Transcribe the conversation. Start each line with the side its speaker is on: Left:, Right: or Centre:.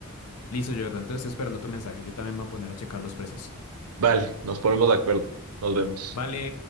Left: Listo, Jordan. Entonces estoy esperando tu mensaje. Yo también me voy a poner a checar los precios.
Right: Vale, nos ponemos de acuerdo. Nos vemos.
Left: Vale.